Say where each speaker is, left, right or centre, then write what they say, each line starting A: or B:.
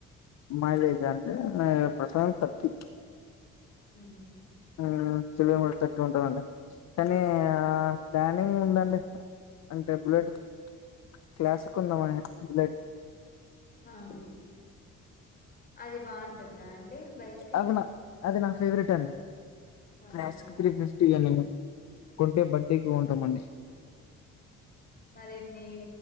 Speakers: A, on the left (about 60°); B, on the left (about 30°).
A: మైలేజ్ అండి ప్రస్తుతానికి థర్టీ.
B: ఉమ్
A: ఆ చెవతను ఉంటుందిండి కానీ ప్లానింగ్ ఆ ఉందండి అంటే బుల్లెట్ క్లాసిక్ కొందమ బుల్లెట్
B: ఆహ అది బాగుంటుందా అండి. బైక్
A: అది నా అది నా ఫేవరెట్ అండి
B: అవునా
A: క్రాస్కి త్రీ ఫిఫ్టీని కొంటే బర్త్డేకి కొంటామండి.
B: మరి అండి.